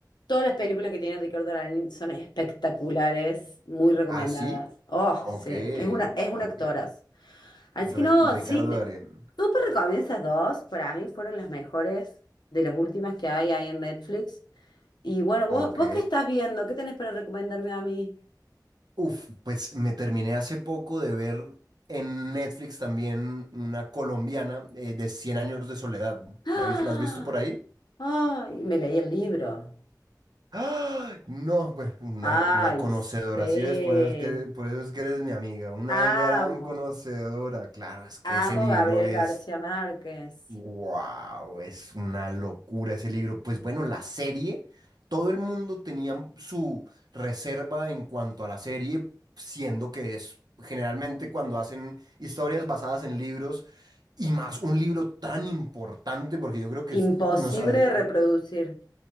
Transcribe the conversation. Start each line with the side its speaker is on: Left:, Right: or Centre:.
Left: todas las películas que tiene Ricardo Darín son espectaculares, muy recomendadas.
Right: ¿Así?
Left: Oh,
Right: Ok,
Left: sí, es una, es un
Right: ok.
Left: actoraz. Así que
Right: Re-
Left: no,
Right: Ricardo
Left: sí, te,
Right: Darín.
Left: súper recomiendo esas dos. Para mí fueron las mejores de las últimas que hay ahí en Netflix. Y bueno, vos,
Right: Ok.
Left: vos qué estás viendo, ¿qué tenés para recomendarme a mí?
Right: Uf, pues me terminé hace poco de ver en Netflix también una colombiana eh, de Cien años de soledad.
Left: <gasps> ¡Ah!
Right: ¿La, vis- la has visto por ahí?
Left: ¡Ay! Me leí el libro.
Right: ¡Ah! No, pues una,
Left: ¡Ay,
Right: una conocedora,
Left: sí!
Right: ¿sí ves? Por eso es que, por eso es que eres mi amiga, una
Left: Amo.
Right: gran conocedora. Claro, es que
Left: Amo
Right: ese libro
Left: Gabriel
Right: es,
Left: García Márquez.
Right: wow, es una locura ese libro. Pues bueno, la serie, todo el mundo tenía su reserva en cuanto a la serie, siendo que es generalmente cuando hacen historias basadas en libros. Y más un libro tan importante, porque yo creo que
Left: Imposible
Right: es- nos, ade-
Left: de reproducir.